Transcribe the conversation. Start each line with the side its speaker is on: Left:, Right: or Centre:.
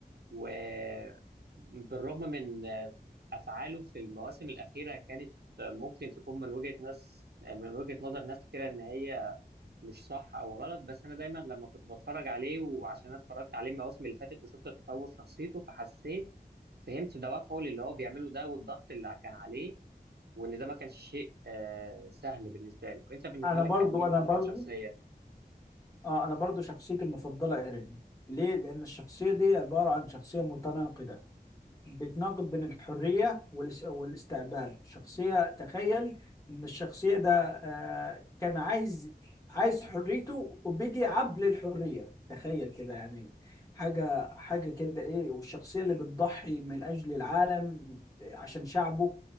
Right: وبالرغم من أفعاله في المواسم الأخيرة كانت ممكن تكون من وجهة ناس من وجهة نظر ناس كتيرة إن هي مش صح أو غلط بس أنا دايما لما كنت بتفرج عليه وعشان أنا اتفرجت عليه المواسم اللي فاتت وشفت تطور شخصيته فحسيت فهمت دوافعه للي هو بيعمله ده والضغط اللي كان عليه وإن ده ما كانش شيء آه، سهل بالنسبة له أنت بالنسبة
Left: أنا
Right: لك
Left: برضو
Right: كان مين
Left: أنا
Right: أفضل
Left: برضو
Right: شخصية؟
Left: اه انا برضو شخصيتي المفضله ايرين ليه لان الشخصيه دي عباره عن شخصيه متناقضه بتناقض بين الحريه والاس- والاستعباد شخصيه تخيل ان الشخصيه ده آه كان عايز عايز حريته وبيجي عبد للحريه تخيل كده يعني حاجه حاجه كده ايه والشخصيه اللي بتضحي من اجل العالم عشان شعبه